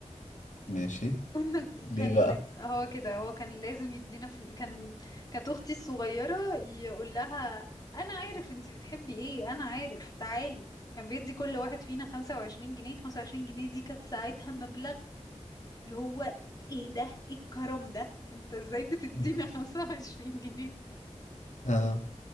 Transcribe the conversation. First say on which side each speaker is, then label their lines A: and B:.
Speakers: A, on the left (about 85°); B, on the left (about 30°).
A: ماشي
B: كنا
A: ليه
B: كان
A: بقى
B: ل- هو كده هو كان لازم يدينا فل... كان كانت اختي الصغيره يقول لها انا عارف انتي بتحبي ايه انا عارف تعالي كان بيدي كل واحد فينا 25 جنيه 25 جنيه دي كانت ساعتها مبلغ اللي هو ايه ده ايه الكرم ده انت ازاي بتدينا
A: مم.
B: <laughs> 25 جنيه
A: ها